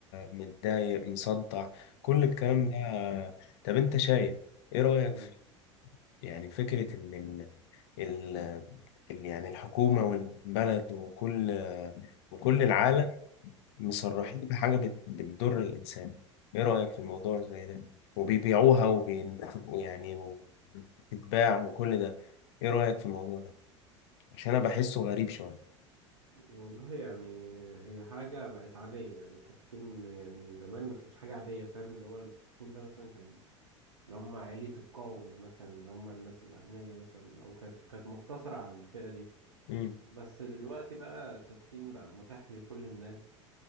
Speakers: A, on the left (about 60°); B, on the right (about 80°).
A: متضايق مصدع كل الكلام
B: مم،
A: ده طب انت شايف ايه رأيك
B: مم،
A: في يعني فكرة ان ال... ال... ال- يعني الحكومة والبلد وكل وكل العالم
B: مم.
A: مصرحين
B: اه
A: بحاجة بت- بتضر الإنسان إيه رأيك في الموضوع زي ده وبيبيعوها وبي... ويعني وبتتباع وكل ده إيه رأيك في الموضوع ده عشان أنا بحسه غريب شوية
B: والله يعني هي حاجة بقت عادية يعني التدخين يعني زمان ما كانش حاجة عادية فاهم اللي هو التدخين ده مثلا كان اللي هم عالية القوم مثلا اللي هم الناس الأغنياء مثلا أو كانت كانت مقتصرة على الفئة دي
A: مم.
B: بس دلوقتي بقى التدخين بقى متاح لكل الناس